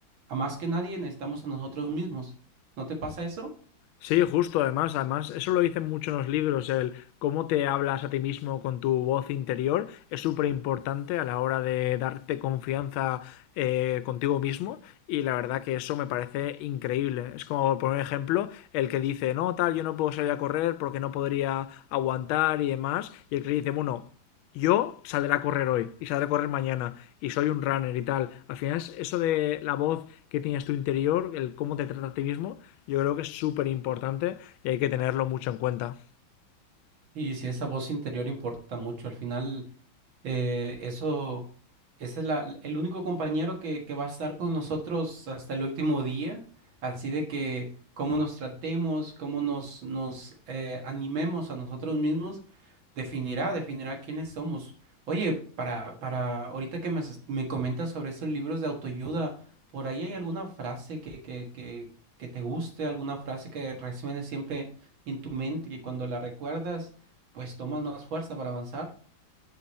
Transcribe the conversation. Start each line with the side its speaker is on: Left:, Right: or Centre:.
Right: a más que nadie, necesitamos a nosotros mismos. ¿No te pasa eso?
Left: Sí, justo, además, además, eso lo dicen mucho en los libros, el cómo te hablas a ti mismo con tu voz interior es súper importante a la hora de darte confianza eh, contigo mismo y la verdad que eso me parece increíble. Es como, por ejemplo, el que dice, no, tal, yo no puedo salir a correr porque no podría aguantar y demás, y el que dice, bueno, yo saldré a correr hoy y saldré a correr mañana y soy un runner y tal. Al final, es eso de la voz que tienes tu interior, el cómo te trata a ti mismo, yo creo que es súper importante y hay que tenerlo mucho en cuenta.
Right: Y si esa voz interior importa mucho, al final eh, eso, ese es la- el único compañero que, que va a estar con nosotros hasta el último día, así de que cómo nos tratemos, cómo nos, nos eh, animemos a nosotros mismos, definirá, definirá quiénes somos. Oye, para, para ahorita que me, s- me comentas sobre estos libros de autoayuda, ¿por ahí hay alguna frase que, que, que, que te guste, alguna frase que resuene siempre en tu mente y cuando la recuerdas? pues tomas más fuerza para avanzar.